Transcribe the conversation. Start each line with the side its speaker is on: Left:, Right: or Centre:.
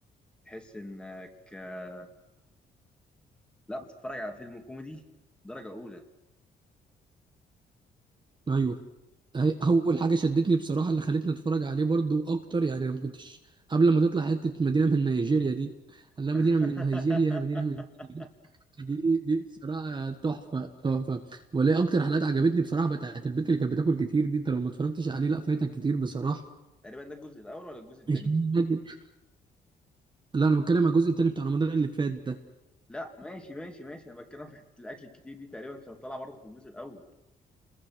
Centre: تحس انك آه، لا بتتفرج على فيلم كوميدي درجه اولى
Right: ايوه هي- اول حاجة شدتني بصراحة اللي خلتني اتفرج عليه برضو اكتر يعني انا ما كنتش قبل ما تطلع حتة مدينة من نيجيريا دي لا
Centre: <laughs>
Right: مدينة من نيجيريا مدينة من دي دي بصراحة تحفة تحفة وليه أكتر حلقات عجبتني بصراحة بتاعت البنت اللي كانت بتاكل كتير دي أنت لو ما اتفرجتش عليه لا فايتك كتير بصراحة
Centre: تقريبا ده الجزء الاول ولا الجزء الثاني
Right: <laughs> مش فاكر. لا أنا بتكلم على الجزء التاني بتاع رمضان اللي فات ده
Centre: لا ماشي ماشي ماشي انا بتكلم في حته الاكل الكتير دي تقريبا كانت طالعه برضه في الجزء الاول